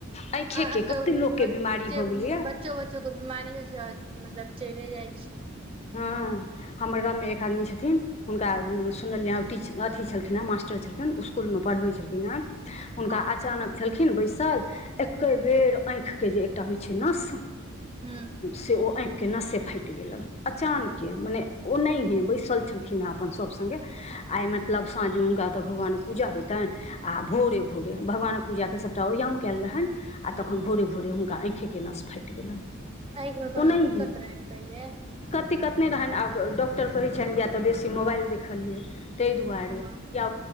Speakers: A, on the left; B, on the right.
A: आँखिएके
B: आ अब त
A: कतेक लोकके
B: बच्चे
A: बिमारी भऽ गेलैए
B: बच्चो बच्चो के बीमारी होइ छै मतलब चले जाइ छियै
A: हँ
B: <inaudible>
A: हमर गामवमे एक आदमी छथिन हुनका सुनलियै टीच अथी छलखिन हेँ मास्टर छलखिन इस्कुलमे पढ़बै छलखिन हे हुनका
B: हँ
A: अचानक छलखिन बैसल एके बेर आँखि के जे एकटा होइ छै नस हुँ
B: हूँ
A: से ओ आँख के नसे फाटि गेलनि अचानकें मने ओनाहिं बैस छलखिन हँ अपन सभ संगे आइ मतलब साँझ हँ त भगवान कें पुजा होयतन आ भोरे भोरे भगवान कें पुजा कें सबटा अरियान कैल रहनि आ तखन भोरे भोरे हुनका आँखिके नश फाटि गेलनि
B: आँखि मे कोनो
A: ओनाहिये
B: दिक्कत रहैन पहिले
A: दिक्कत नहि रहनि आब डॉक्टर कहैत छनि या तऽ बेसी मोबाइल देखलियै तै दुआरे
B: हँ
A: या